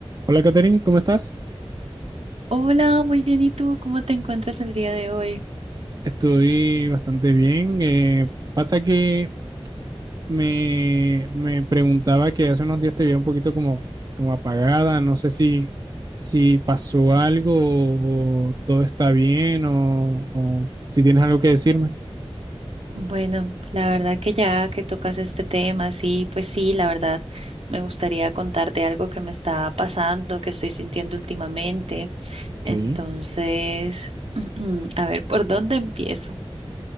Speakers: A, on the right; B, on the right.
A: Hola, Katherine, ¿cómo estás?
B: Hola, muy bien. ¿Y tú cómo te encuentras el día de hoy?
A: Estoy bastante bien. eh, pasa que me, me preguntaba que hace unos días te veía un poquito como, como apagada. No sé si, si pasó algo o, o todo está bien o, o si tienes algo que decirme.
B: Bueno, la verdad que ya que tocas este tema, sí, pues sí, la verdad me gustaría contarte algo que me está pasando, que estoy sintiendo últimamente.
A: Ok,
B: Entonces, <clears throat> a ver, ¿por dónde empiezo?